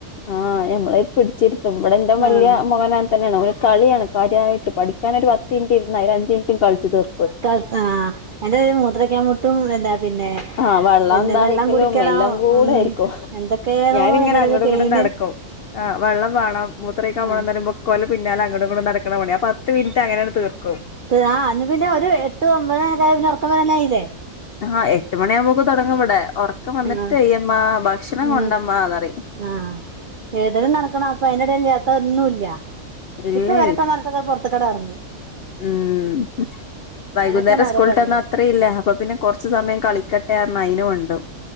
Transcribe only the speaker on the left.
ആഹ് ഞമ്മളെ പിടിച്ചിത്തും ഇ്മടെ എന്റെ വലിയ
മകനാ തന്നെയാണ് ഒനു കളിയാണ് കാര്യമായിട്ട് പഠിക്കാനൊരു പത്ത് മിനിറ്റ് ഇരുന്ന അ അഞ്ച് മിനിറ്റും കളിച്ച് തീർ
ആഹ് വെള്ളം
ദാഹിക്കലും
എല്ലാം കൂടെ
ആയിരിക്കും
ഞാനിങ്ങനെ
അങ്ങടു ഇങ്ങടും
നടക്കും ആഹ് വള്ളം വേണം മൂത്രയ്ക്കപോണം
ന്നരുമ്പോ കൊല് പിന്നാല അങ്ങോങ്ങട്ടും നടക്കണ പണിയ പത്ത് മിനിറ്റ് അങ്ങനെയാണ് തീർക്കും
ആഹ് എട്ടു മണിയാകുമ്പോക്കു തുടങ്ങുമിവിടെ ഉറക്കം വന്നിട്ടു
വയ്യമ്മാ ഭക്ഷണം കൊണ്ടമ്മായെന്നു
പറയും
ഇല്ലേയ്
ഉം.. വൈകുന്നേരം
സ്കൂളുവിട്ടു
വന്നാലത്രയുംമില്ല അപ്പൊ പിന്നെ കുറച്ചു സമയം കളിക്കട്ടെ അമ്മ ആ നയിനുവുമണ്ടും